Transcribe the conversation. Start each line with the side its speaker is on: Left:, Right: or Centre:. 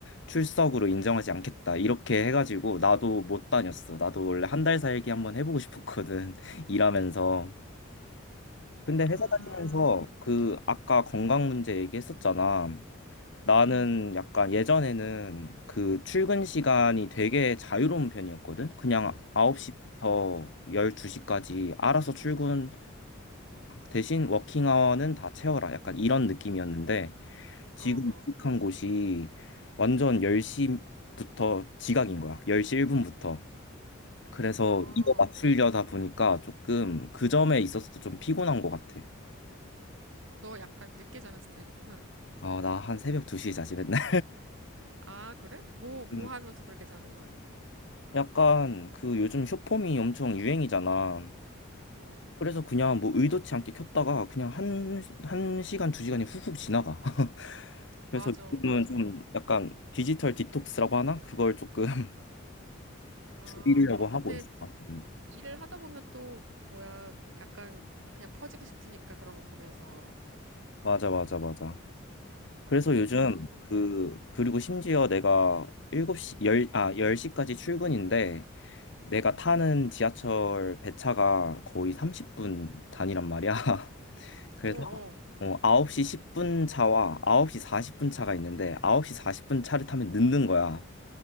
Left: 출석으로 인정하지 않겠다. 이렇게 해가지고 나도 못 다녔어. 나도 원래 한 달 살기 한번 해보고 싶었거든. <laughs> 일하면서. 근데
Right: 아,
Left: 회사 다니면서 그 아까 건강 문제 얘기했었잖아. 나는
Right: 응
Left: 약간 예전에는 그 출근 시간이 되게 자유로운 편이었거든. 그냥 9시부터
Right: 응
Left: 12시까지 알아서 출근하라. 대신 워킹 아워는 다 채워라. 약간 이런 느낌이었는데 지금
Right: 어, 어,
Left: 이직한 곳이 완전 10시부터 지각인 거야. 10시 1분부터. 그래서
Right: 어.
Left: 이거 맞추려다 보니까 조금 그 점에 있어서도 좀 피곤한 것 같아.
Right: 너 약간 늦게 자는 스타일이구나.
Left: 아, 나 한 새벽 2시에 자지 맨날.
Right: 아, 그래? 뭐, 뭐
Left: <laughs>
Right: 하면서 그렇게 자는 거야?
Left: 약간 그 요즘 쇼폼이 엄청 유행이잖아.
Right: 어,
Left: 그래서 그냥 뭐 의도치 않게 켰다가 그냥 한, 한 시간, 두 시간이 훅훅 지나가. <laughs>
Right: 맞아,
Left: 그래서 요즘은
Right: 맞아.
Left: 좀 약간 디지털 디톡스라고 하나? 그걸 조금 <laughs>
Right: 아,
Left: 줄이려고
Right: 어, 근데
Left: 하고 있어. 음.
Right: 일을 하다 보면 또 뭐야 약간 그냥 퍼지고 싶으니까 그런 거 보면서
Left: 맞아, 맞아, 맞아. 그래서
Right: 음,
Left: 요즘 그, 그리고 심지어 내가 일곱 시 10, 아, 열 시까지 출근인데 내가 타는 지하철 배차가 거의 30분 단위란 말이야. <laughs> 그래서
Right: 어, 어,
Left: 어, 9시 10분 차와 9시 40분 차가 있는데 9시 40분 차를 타면 늦는 거야.